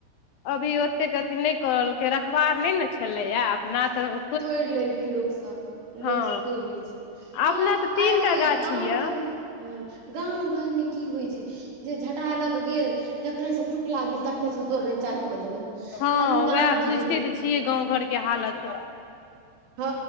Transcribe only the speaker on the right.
तोड़ि लेलकै लोक सब
लोकसभ तोड़ लै छै
हँ
आइ रे
गाँव
घर में ह गाँव घर में की होइ छै जे झटा लऽ क गेल जखने से टुकला भेल तखने से तोड़ना चालू कऽ देलक
तऽ आदमीके
आम की
हेतै
हँ